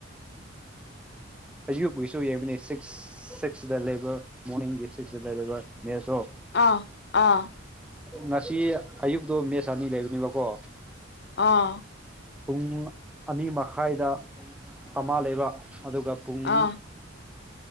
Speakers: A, in the centre; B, on the left.
A: ꯑꯌꯨꯛꯒꯤꯁꯨ ꯌꯦꯡꯕꯅꯤ ꯁꯤꯛꯁ ꯁꯤꯛꯁꯇ ꯂꯩꯕ ꯃꯣꯔꯅꯤꯡꯒꯤ ꯁꯤꯛꯁꯇ ꯂꯩꯔꯤꯕ ꯃꯦꯠꯁꯗꯣ
B: ꯑ ꯑꯥ
A: ꯉꯁꯤ ꯑꯌꯨꯛꯇꯣ ꯃꯦꯠꯁ ꯑꯅꯤ ꯂꯩꯕꯅꯦꯕꯀꯣ
B: ꯑꯥ
A: ꯄꯨꯡ ꯑꯅꯤ ꯃꯈꯥꯏꯗ ꯑꯃ ꯂꯩꯕ ꯑꯗꯨꯒ ꯄꯨꯡ
B: ꯑꯥ